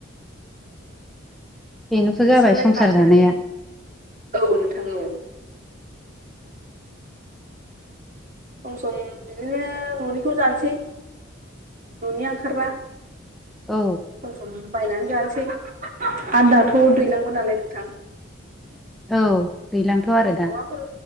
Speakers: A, in the centre; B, on the right (about 40°).
A: बेनोथ'
B: नोंस्रालाय
A: जाबाय संसार
B: माथो
A: जानाया
B: औ नोंथां औ सम - सम बिदिनो न'निखौ जानोसै न'निया ओंखारबा सम
A: औ
B: - सम बायनानैजानोसै आ दाथ' थ' दैलांबो नालाय नोंथां
A: औ दैलांथ' आरो
B: मेवाफोर
A: दा